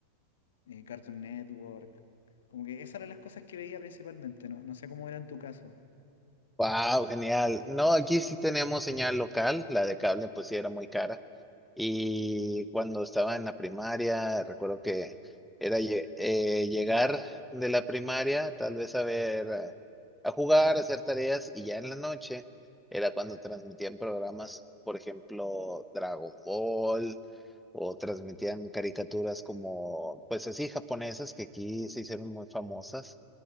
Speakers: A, on the left; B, in the centre.
A: eh, Cartoon Network, como que esas eran las cosas que veía principalmente, no, no sé cómo era en tu caso.
B: Wow, genial. No, aquí sí teníamos señal local, la de cable pues sí era muy cara. Y cuando estaba en la primaria, recuerdo que era lle- eh, llegar de la primaria, tal vez a ver, a, a jugar, a hacer tareas, y ya en la noche era cuando transmitían programas, por ejemplo, Dragon Ball, o transmitían caricaturas como, pues así, japonesas, que aquí se hicieron muy famosas.